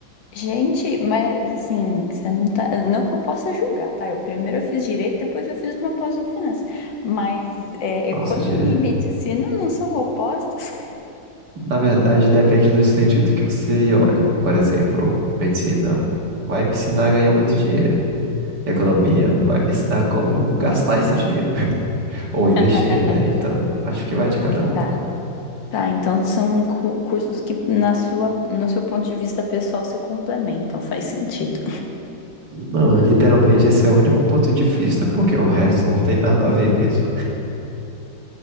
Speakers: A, on the left (about 75°); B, on the right (about 60°).
A: Gente, mas assim, você não tá. Não que eu possa julgar, tá? Eu primeiro eu fiz direito, depois eu fiz uma pós em finanças. Mas é,
B: Nossa,
A: economia
B: dire...
A: e medicina não são opostos.
B: Na verdade, depende do sentido que você olha. Por exemplo, medicina vai me ensinar a ganhar muito dinheiro. Economia vai me ensinar como gastar esse dinheiro. <laughs> Ou investir,
A: <laughs>
B: né? Então, acho que vai de cada um.
A: Tá, tá. Então são cu- cursos que na sua, no seu ponto de vista pessoal se complementam, faz sentido.
B: Não, literalmente esse é o único ponto de vista, porque o resto não tem nada a ver mesmo.